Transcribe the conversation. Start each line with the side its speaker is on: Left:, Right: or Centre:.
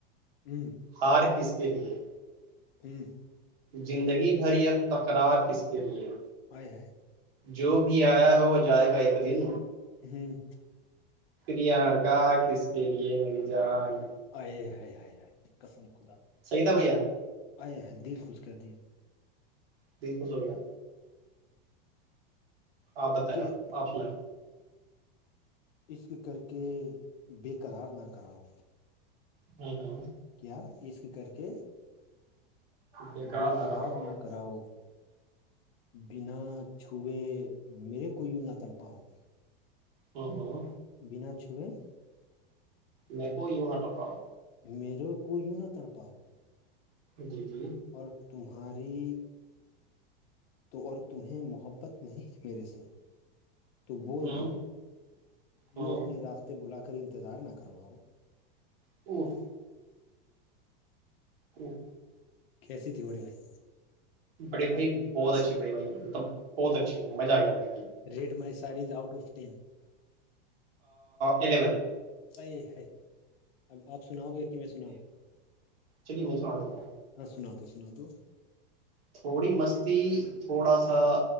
Left: ہ
Right: ہار کس کے لئے
Left: ہوں
Right: زندگی بھر تکرار کس کے لیے
Left: بائے ہےائے
Right: جو بھی آیا ہو جائے گا ایک دن
Left: ہوں
Right: پانکا کس کے لیے میری جان
Left: آئے ہائے ہائے ہائے کسم خدا
Right: صحیح تھا بھیا
Left: آئے ہائے دل خوش کر دیا
Right: تیس سو سو گپیا آپ بتائیں
Left: کہ
Right: آپ آپ ل
Left: اس کے کر کے بےقرار نہ کراؤ
Right: ہوں ہوں
Left: کیا اس کر کے
Right: بےیکار
Left: بے
Right: نہ
Left: قرار
Right: کراؤ
Left: نہ کراؤ بنا چھئے میرے کو یوں نہ تڑ پاؤ گی
Right: ہوں ہوں
Left: بنا چھوے
Right: مکو ونٹ پرر
Left: میرے کو یوں نہ تڑپاؤ
Right: جی جی
Left: اور تمہاری تو اور تمہیں محبت نہیں میرے سے تو بول
Right: ہ
Left: دو
Right: ہ
Left: یوں اپنے راستے بلا کر انتظار نہ کرواؤ
Right: اوف جی
Left: کھیسی ت وڑے بائی
Right: بڑے بھائی بہت اچھے بڑے بھائی مطلب بہت اچھے مہ آ گیا بڑے بھائی
Left: rate my saris out of ten
Right: eleven
Left: صحیح ہے ہے اب آپ سناؤ گے کہ میں سناؤ
Right: چلیے میں سنا دیتا ہوں
Left: ہاں سنا دو سنا دو
Right: تھوڑی مستی تھوڑا سا